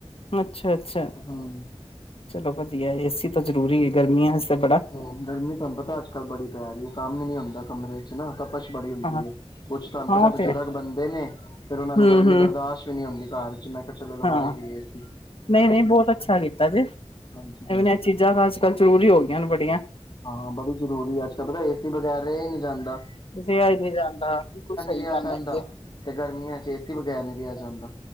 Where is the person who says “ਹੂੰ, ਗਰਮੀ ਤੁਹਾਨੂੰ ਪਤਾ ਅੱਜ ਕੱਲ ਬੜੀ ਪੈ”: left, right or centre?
Left